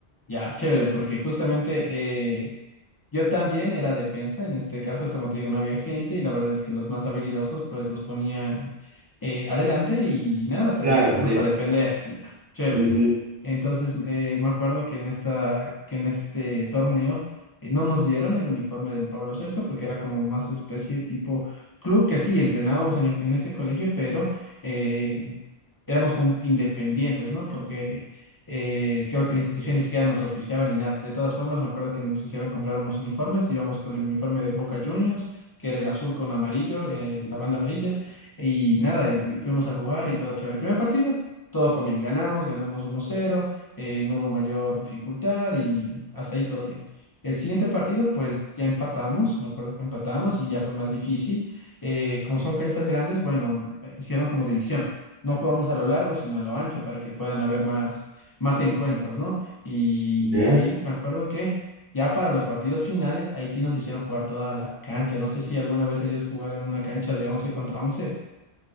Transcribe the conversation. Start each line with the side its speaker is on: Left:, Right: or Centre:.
Left: Ya, chévere, porque justamente eh, Yo también era defensa, en este caso, como te digo, no había gente y la verdad es que los más habilidosos pues los ponían eh, adelante y nada, pues
Right: Claro,
Left: nosotros
Right: listo.
Left: a defender, ya, chévere.
Right: Ujú,
Left: Entonces eh, me acuerdo que en esta, que en este torneo eh, no nos dieron el uniforme del Pablo sexto porque era como más especie tipo club que sí, entrenábamos en, en ese colegio, pero eh, éramos como independientes, ¿no? Porque eh, creo que la institución ni siquiera nos auspiciaba ni nada. De todas formas, me acuerdo que nos hicieron comprar unos uniformes. Íbamos con el uniforme de Boca Juniors, que era el azul con amarillo, eh, la banda amarilla. Y nada, y fuimos a jugar y todo chévere. El primer partido, todo con bien. Ganamos, ganamos uno cero eh, no hubo mayor dificultad y hasta ahí todo bien. El siguiente partido, pues ya empatamos, me acuerdo que empatamos y ya fue más difícil. Eh, como son canchas grandes, bueno, eh, hicieron como división. No jugamos a lo largo, sino a lo ancho para que puedan haber más más encuentros, ¿no? Y
Right: ya.
Left: de ahí me acuerdo que ya para los partidos finales, ahí sí nos hicieron jugar toda la cancha. No sé si alguna vez hayas jugado en una cancha de 11 contra 11.